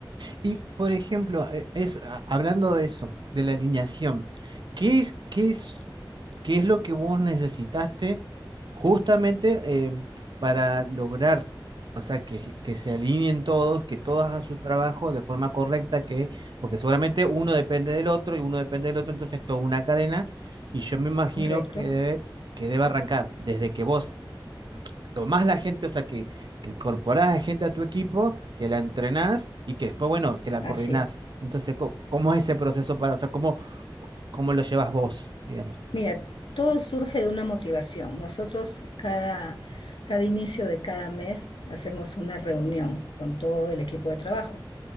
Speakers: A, on the right (about 60°); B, on the left (about 75°).
A: Y por ejemplo, eh, es, a- hablando de eso, de la alineación, ¿qué es, qué es? qué es lo que vos necesitaste justamente em, para lograr, o sea, que, que se alineen todos, que todos hagan su trabajo de forma correcta, que, porque seguramente uno depende del otro y uno depende del otro, entonces es toda una cadena y yo me imagino
B: ¿Correcto?
A: que debe, que debe arrancar desde que vos tomás la gente, o sea, que, que incorporás a gente a tu equipo, que la entrenás y que después, bueno, que la
B: Así
A: coordinás.
B: es.
A: Entonces, co- ¿cómo es ese proceso para, o sea, cómo, cómo lo llevas vos, digamos?
B: Mira, todo surge de una motivación. Nosotros cada, cada inicio de cada mes hacemos una reunión con todo el equipo de trabajo